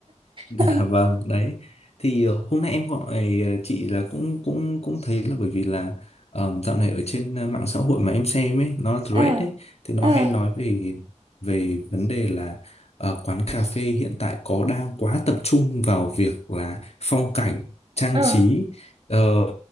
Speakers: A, on the left; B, on the right.
A: Dạ
B: <laughs>
A: vâng, đấy. Thì ờ, hôm nay em gọi ờ, chị là cũng cũng cũng thấy là bởi vì là ờ, dạo này ở trên ờ, mạng xã hội mà em xem ấy, nó là thread
B: ờ
A: ấy thì nó
B: ờ
A: hay nói về về vấn đề là ờ, quán cà phê hiện tại có đang quá tập trung vào việc là phong cảnh, trang
B: ờ
A: trí ờ,